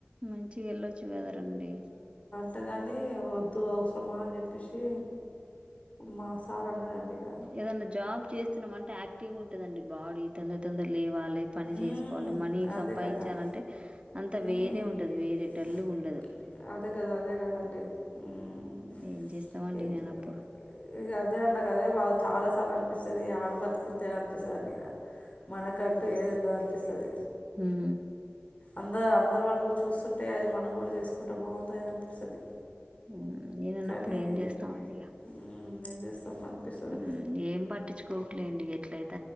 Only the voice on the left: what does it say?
ళ్త గాని వద్దు అవసరమా అని చెప్పేసి మా సార్ అన్నాడండి ఇక
ఉమ్
అదే
కదా అంటే
ఉమ్
ఉంటుంది
మెంటల్ మెంటల్గా.
అదే కదా అదే కదండి ఉమ్
ఏంటి
ఇగ అదే అన్న క అదే బాద చాలా సార్లు అనిపిస్తది ఈ ఆడ బతికు ఇంతేనా అని పిస్తది అండి ఇగ మనకంటూ ఏది ఉండదు అనిపిస్తది.
అంద అందరు వాళ్ళు చూస్తుంటే అరె మనం కూడా చేసుకుటె బాగుంటది కదా అనిపిస్తది
కానీ
చే
ఉమ్ ఏం చేస్తాం అనిపిస్తది